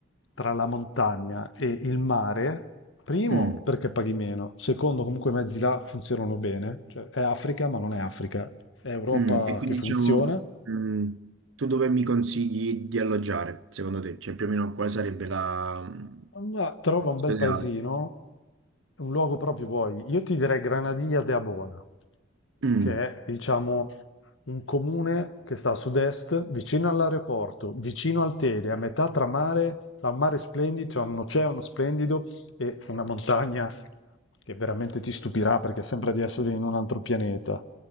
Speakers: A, on the left; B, on the right.
A: tra la montagna e il mare. Primo,
B: mm,
A: perché paghi meno. Secondo, comunque i mezzi là funzionano bene. Cioè, è Africa, ma non è Africa. È Europa
B: mm. E quindi
A: che funziona.
B: diciamo, mm, tu dove mi consigli di alloggiare, secondo te? Cioè più o meno quale sarebbe la... mm,
A: Ma trova un bel
B: ideale?
A: paesino, un luogo proprio vuoi. Io ti direi Granadilla de Abona,
B: Mm,
A: che è, diciamo, un comune che sta a sud-est, vicino all'aeroporto, vicino al Tele, a metà tra mare, tra un mare splendido, c'è un oceano splendido e una montagna che veramente ti stupirà perché sembra di essere in un altro pianeta.